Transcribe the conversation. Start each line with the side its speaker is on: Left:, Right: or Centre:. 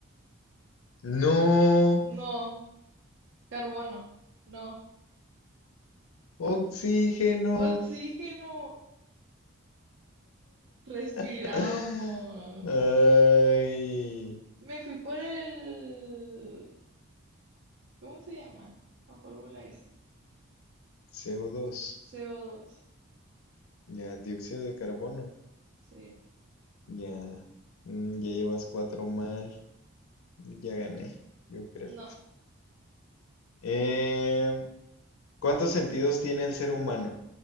Left: No,
Right: No. Carbono. No.
Left: oxígeno.
Right: Oxígeno. Respiramos.
Left: <laughs> Ay,
Right: Me fui por el... ¿Cómo se llama? La fórmula esa.
Left: CO2.
Right: CO2.
Left: Ya, dióxido de carbono.
Right: Sí.
Left: Ya, mm, ya llevas cuatro mal. Ya gané,
Right: Mm,
Left: yo creo.
Right: No.
Left: Em, ¿cuántos sentidos tiene el ser humano?